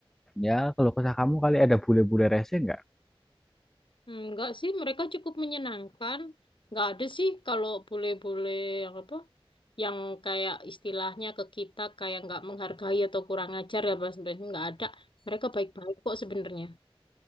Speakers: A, in the centre; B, on the left.
A: ya kalau kesah kamu kali ada bule-bule rese nggak
B: Hmm, Nggak sih, mereka cukup menyenangkan. Nggak ada sih kalau bule-bule yang apa? Yang kayak istilahnya ke kita kayak nggak menghargai atau kurang ajar ya Mas. Nggak ada. Mereka baik-baik kok sebenarnya.